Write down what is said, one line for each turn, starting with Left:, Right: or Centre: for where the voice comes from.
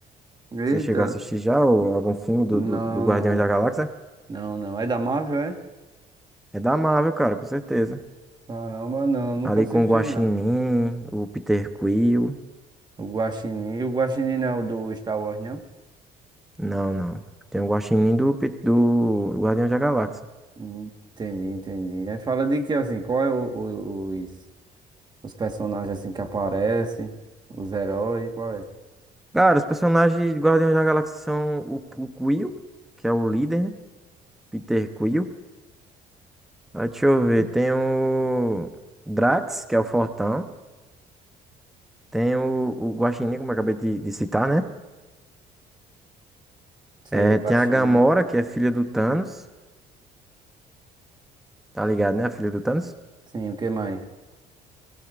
Right: Eita.
Centre: Você chegou a assistir já ou algum filme do,
Right: Não,
Centre: do, do Guardiões
Right: não,
Centre: da Galáxia?
Right: não, não. É da Marvel, é?
Centre: É da Marvel, cara, com certeza.
Right: Caramba, não. Nunca
Centre: Ali
Right: assisti,
Centre: com o Guaxinim,
Right: não.
Centre: o Peter Quill.
Right: O Guaxinim. O Guaxinim não é o do Star Wars, não?
Centre: Não, não. Tem o Guaxinim do, Pe- do Guardiões da Galáxia.
Right: Hum, entendi, entendi. Aí fala de que, assim, qual é o- o- os, os personagens, assim, que aparecem? Os heróis, qual é?
Centre: Cara, os personagens de Guardiões da Galáxia são o, o Quill, que é o líder, né? Peter Quill. Ah, Deixa eu ver. Tem o Drax, que é o fortão. Tem o, o Guaxinim, como eu acabei de, de citar, né?
Right: Sei,
Centre: É,
Right: o
Centre: tem
Right: Guaxinim.
Centre: a Gamora, que é filha do Thanos. Tá ligado, né? A filha do Thanos.
Right: Sim, o que mais?